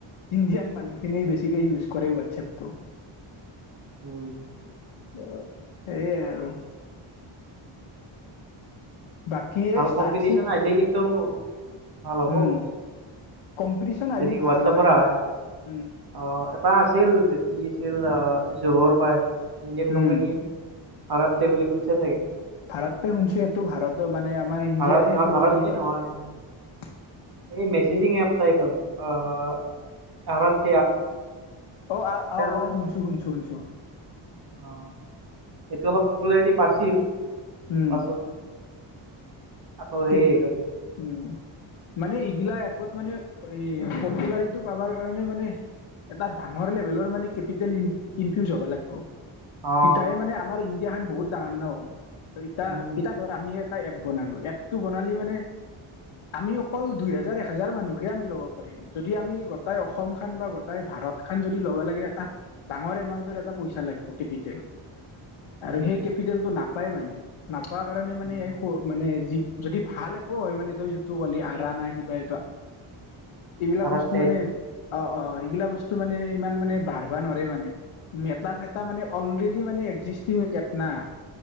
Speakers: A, on the left; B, on the right.
A: ইণ্ডিয়ান মানুহখিনিয়েই বেছিকৈ ইউজ কৰে হোৱাটছএপটো।
B: উম,
A: ত'সেয়াই আৰু, বাকি
B: ভাল
A: এই ষ্টাৰচিপ
B: কম্পিটিচন আহিলে কিন্তু ভাল
A: <unintelligible>
B: হ'ব
A: ন আহিলি
B: যদি হোৱাটছএপৰ
A: ভাল হয় <inaudible>
B: আহে অ, এপাৰ আছিল কি আছিল জহৰ বা ইণ্ডিয়ান
A: উম
B: কোম্পানীয়ে, <inaudible> বুলি শুনিছে চাগে?
A: ভাৰত পে শুনিছোঁ এইটো ভাৰতৰ মানে আমাৰ ইণ্ডিয়াৰে
B: ভাৰত নহয়
A: এইটো
B: ভাৰতে
A: লোকেল হয়।
B: নহয় এই মেচজিং এপ টাইপ আৰু আ, <inaudible>
A: অ, অ, অ,
B: তই
A: অ, শুনিছোঁ, শুনিছোঁ, শুনিছোঁ,
B: অ, এইটো অলপ পপুলাৰিটি পাইছিল
A: উম
B: পাছত আকৌ
A: কিন্ত
B: হেৰি হৈ গ'ল
A: উম মানে এইগিলা এপত মানে, এই পপুলাৰীটো পাবাৰ কাৰণে মানে এটা ডাঙৰ লেভেলৰ মানে কেপিটেল ইনফিউজ হব লাগিব।
B: অ',
A: তেতিয়াহ মানে আমাৰ ইণ্ডিয়া খান বহুত ডাঙাৰ ন ইতা
B: উম,
A: ইতা ৰ আমি এটা এপ বনালোঁ এপটো বনালি মানে, আমি অকল দুইহেজাৰ এ হেজাৰ মানুহে আমি ল'ব পাৰিম। যদি আমি গোটাই অসম খান বা গোটাই ভাৰত খান যদি ল'ব লাগে এটা ডাঙৰ এমাউণ্টৰ এটা পইচা লাগিব কেপিটেল।
B: উম,
A: আৰু সেই কেপিটেলটো নাপায় মানে নাপোৱা কাৰণে মানে
B: উম,
A: মানে যদি ভাল এপো হয় মানে তই যিটো ক'লি আৰা না কিবা এইটো এইবিলাক
B: আৰতে
A: বস্তু মানে অ অ এইবিলাক বস্তু মানে ইমান মানে বাৰবা নৰে মানে মেটা চেটা এটা মানে অলৰেডি মানে একজিষ্টিং এপ না